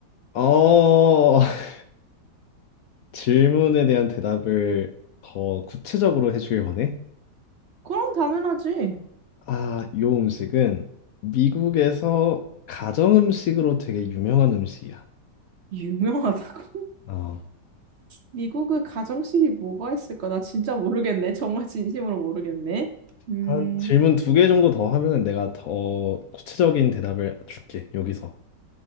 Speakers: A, on the left; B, on the right.
A: 어, <laughs> 질문에 대한 대답을 더 구체적으로 해주길 원해.
B: 그럼 당연하지.
A: 아, 이 음식은 미국에서 가정 음식으로 되게 유명한 음식이야.
B: 유명하다고? <laughs>
A: 어,
B: 미국의 가정식이 뭐가 있을까? 나 진짜 모르겠네. 정말 진심으로 모르겠네. 음,
A: 한 질문 두 개 정도 더 하면 내가 더 구체적인 대답을 줄게, 여기서.